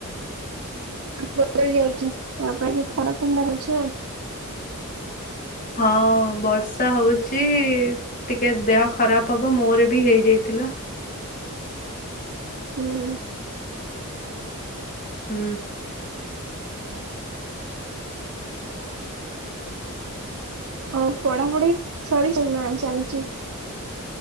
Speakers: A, on the right; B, on the left.
A: ବଦଳି ଯାଉଛି ତା ପାଇଁ କି ଖରା ଫଣ୍ଡା ଅଛି ଆଉ,।
B: ହଁ ବର୍ଷା ହଉଛି ଟିକେ ଦେହ ଖରାପ ହବ ମୋରେ ବି ହେଇଯାଇଥିଲା।
A: ହୁଁ,
B: ହୁଁ,
A: ଆଉ ପଢ଼ାପଢ଼ି ସରିଚି ନା ଚାଲିଚି?